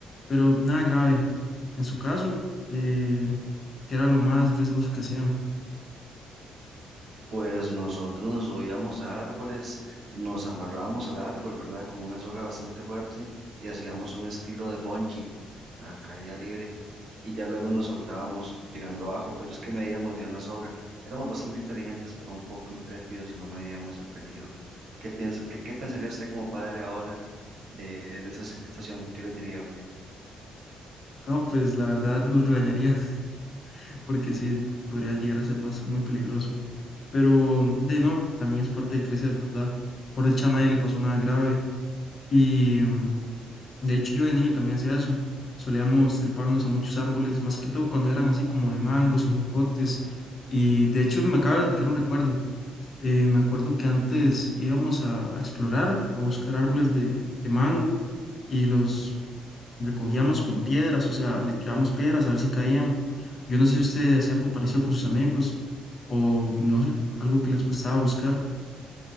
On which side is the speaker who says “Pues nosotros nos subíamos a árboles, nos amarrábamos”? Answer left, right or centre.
Right